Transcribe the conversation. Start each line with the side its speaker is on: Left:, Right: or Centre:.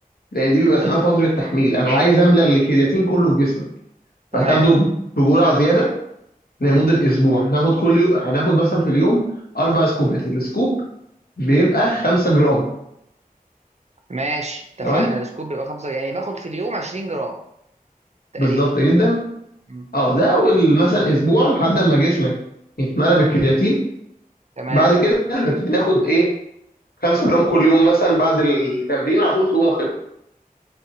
Left: لان دي بيبقى اسمها
Right: طيب
Left: فتره تحميل انا عايز املى الكرياتين كله في جسمك
Right: تمام
Left: فهتاخده بجرعه زياده لمده
Right: مم.
Left: اسبوع هناخد كل يوم هناخد مثلا في اليوم اربع سكوبات السكوب بيبقى 5 جرام
Right: ماشي اتفقنا
Left: تمام
Right: السكوب بيبقى خمسة يعني باخد في اليوم 20 جرام تقريبا
Left: بالظبط جدا
Right: مم.
Left: اه ده اول مثلا اسبوع لحد ما جسمك يتملى بالكرياتين
Right: تمام
Left: بعد كده هنبتدي ناخد ايه 5 جرام كل يوم مثلا بعد التمرين على طول تقوم واخدها